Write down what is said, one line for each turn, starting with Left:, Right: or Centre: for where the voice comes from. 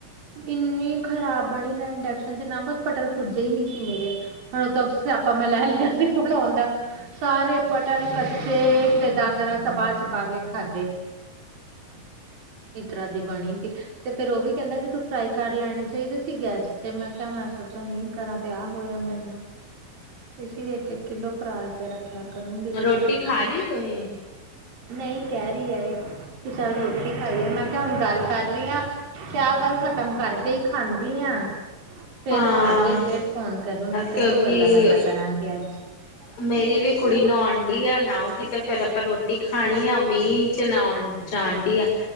Right: ਇੰਨੀ ਖਰਾਬ ਬਣੀ ਨਾ ਇੰਡਕਸ਼ਨ ਚ ਨਾ ਬਸ- ਪਟਲ ਪੁੱਜੇ ਈ ਨੀ ਸੀ ਮੇਰੇ ਹੁਣ ਓ, ਤਾਂ ਸਿਆਪਾਂ ਮੈਂ ਲੈ ਲਿਆ ਸੀ ਬਣਾਉਣ ਦਾ। ਸਾਰੇ ਪਟਲ ਕੱਚੇ ਕਿਤੇ ਦਾੰਦ ਨਾਲ ਚਬਾ -ਚਬਾ ਕੇ ਖਾਧੇ, ਇਤਰਾਂ ਦੀ ਬਣੀ ਸੀ। ਤੇ ਫੇਰ ਓ ਵੀ ਕੈਂਦਾ, ਕਿ ਤੂੰ ਫਰਾਈ ਕਰ ਲੈਣੀ ਚਾਈਦੀ ਸੀ ਗੈਸ ਤੇ। ਮੈਂ ਕਿਆ ਮੈਂ- ਸੋਚਿਆ ਨਈ ਕਰਾਂ ਤੇ ਆਹ ਹੋਇਆ ਮੇਰੇ ਨਾਲ। ਇਸ ਇਕ- ਇੱਕ ਕਿੱਲੋ ਭਰਾ ਵਗੇਰਾ- ਪਿਆ ਕਰੂੰਗੀ, ਕੀ
Left: ਰੋਟੀ
Right: ਕਰਨਾ?
Left: ਖਾ ਲਈ ਤੁਸੀਂ
Right: ਨਈ ਕੈ ਰੀ ਏ। ਕੀ ਚੱਲ ਰੋਟੀ ਖਾਈਏ, ਮੈਂ ਕਿਆ ਹੁਣ ਗੱਲ ਕਰ ਰੀ ਆਂ ਤੇ ਆਹ ਗੱਲ ਖ਼ਤਮ ਕਰਕੇ ਈ- ਖਾਂਦੀ ਆਂ। ਫੇਰ
Left: ਹਾਂ
Right: ਖਾ ਕੇ ਫੇਰ ਫੋਨ ਕਰੂੰਗੀ ਤੈਨੂੰ
Left: ਕਿਉਂਕਿ
Right: ਗੱਲਾਂ ਬਾਤਾਂ ਕਰਾਂਗੇ ਅੱਜ।
Left: ਮੇਰੀ ਵੀ ਕੁੜੀ ਨਾਉਨ ਡੀ ਆ, ਨਾਉਗੀ ਤੇ ਫੇਰ ਆਪਾਂ ਰੋਟੀ ਖਾਣੀ ਆ। ਮੀਂਹ ਚ ਨਾਉਣ - ਚਾ ਆਂਟੀ ਆ।